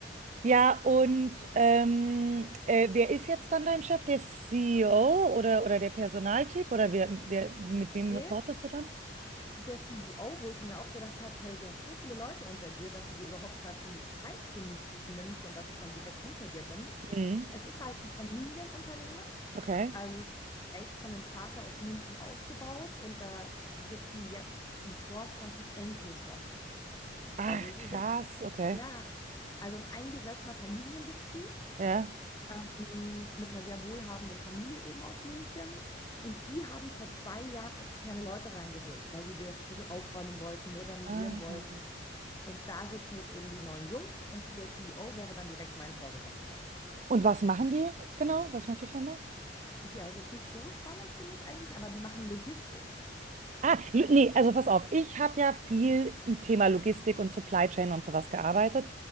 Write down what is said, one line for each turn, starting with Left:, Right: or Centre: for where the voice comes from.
Right: Ja, und ähm, äh, wer ist jetzt dann dein Chef? Der CEO oder, oder der Personaltyp? Oder wer, wer, mit wem
Left: Nee,
Right: reportest du dann?
Left: der CEO, wo ich mir auch gedacht habe, hey, du hast so viele Leute unter dir, dass du dir überhaupt gerade die Zeit für mich nimmst und dass ich dann direkt unter dir bin.
Right: Mhm.
Left: Es ist halt ein Familienunternehmen.
Right: Okay.
Left: Also es ist echt von einem Vater aus München aufgebaut und da sitzen jetzt im Vorstand die Enkel schon.
Right: Ach,
Left: Also es
Right: krass,
Left: ist wirklich,
Right: okay.
Left: ja, also ein eingesessener Familienbetrieb
Right: Ja.
Left: ähm, mit einer sehr wohlhabenden Familie eben aus München. Und die haben vor zwei Jahren externe Leute reingeholt, weil sie das ein bisschen aufräumen wollten, modernisieren
Right: Ah.
Left: wollten. Und da sitzen jetzt eben die neuen Jungs und der CEO wäre dann direkt mein Vorgesetzter.
Right: Und was machen die genau? Was macht die Firma?
Left: Ja, ist jetzt nicht so spannend für mich eigentlich, aber die machen Logistik.
Right: Ah, Lu- nee, also pass auf, ich habe ja viel im Thema Logistik und Supply Chain und sowas gearbeitet.